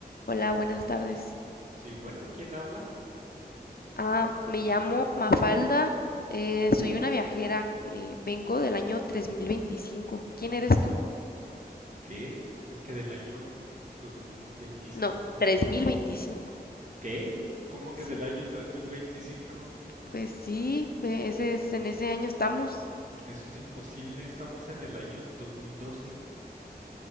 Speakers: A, on the left; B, on the right.
A: Hola, buenas tardes.
B: Sí, bueno, ¿quién habla?
A: Ah, me llamo Mafalda, eh, soy una viajera, eh, vengo del año 3025. ¿Quién eres tú?
B: ¿Qué? ¿Cómo que del año 2025?
A: No, 3025.
B: ¿Qué? ¿Cómo que
A: Sí,
B: del año 3025?
A: pues sí, ve- ese es, en ese año estamos.
B: Eso es imposible, estamos en el año 2012.